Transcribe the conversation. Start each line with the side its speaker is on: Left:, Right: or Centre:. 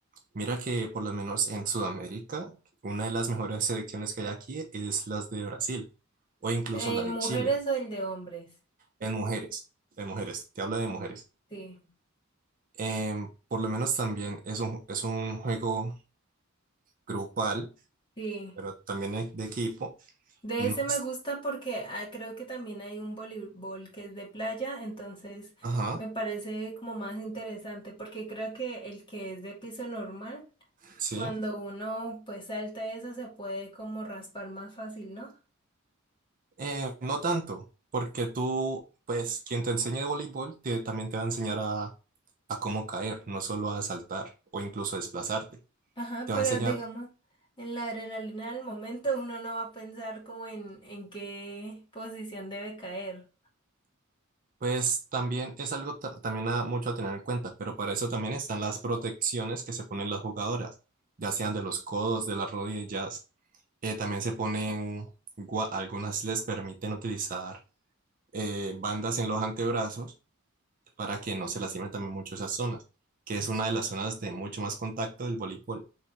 Right: Mira que por lo menos en Sudamérica, una de las mejores selecciones que hay aquí es las de Brasil o incluso
Left: En
Right: la de
Left: mujeres
Right: Chile,
Left: o el de hombres.
Right: en mujeres, en mujeres, te hablo de mujeres.
Left: Sí,
Right: Em, por lo menos también es un, es un juego grupal,
Left: sí.
Right: pero también e- de equipo.
Left: De
Right: No
Left: ese me
Right: es,
Left: gusta porque ah, creo que también hay un voleibol que es de playa, entonces
Right: ajá,
Left: me parece como más interesante porque creo que el que es de piso normal,
Right: sí.
Left: cuando uno pues salta eso se puede como raspar más fácil, ¿no?
Right: Em, no tanto, porque tú, pues quien te enseñe de voleibol te- también te va a enseñar a, a cómo caer, no solo a saltar o incluso a desplazarte.
Left: Ajá,
Right: Te va
Left: pero
Right: a enseñar
Left: digamos, en la adrenalina del momento uno no va a pensar como en, en qué posición debe caer.
Right: Pues también es algo ta- también a- mucho a tener en cuenta, pero para eso también están las protecciones que se ponen las jugadoras, ya sean de los codos, de las rodillas. Eh, también se ponen, gua- algunas les permiten utilizar eh, bandas en los antebrazos para que no se lastimen también mucho esas zonas, que es una de las zonas de mucho más contacto del voleibol.